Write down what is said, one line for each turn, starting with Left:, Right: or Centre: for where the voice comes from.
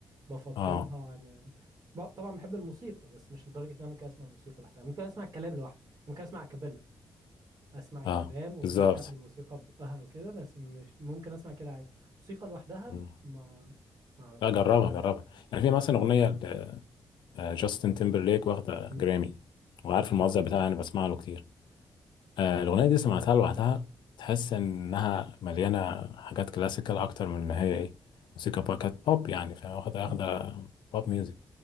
Right: بفضلها
Left: اه
Right: عن ال... ب- طبعا بحب الموسيقى بس مش لدرجه ان انا ممكن اسمع الموسيقى لوحدها ممكن اسمع الكلام لوحده ممكن اسمع كابيلا اسمع الكلام
Left: اه
Right: والناس
Left: بالظبط
Right: تعمل موسيقى ببقها وكده بس مش ممكن اسمع كده عادي موسيقى لوحدها
Left: مم.
Right: ما ما اعرفش
Left: لا جربها جربها يعني في مثلا أغنية آه، جاستن تيمبرليك واخدة
Right: مم.
Left: جرامي وعارف الموزع بتاعها يعني بسمع له كتير آه، الأغنية دي سمعتها لوحدها تحس إنها مليانة حاجات كلاسيكال أكتر من إن هي إيه موسيقى بقى كانت بوب يعني فاهم واخدة واخدة
Right: أه.
Left: بوب ميوزك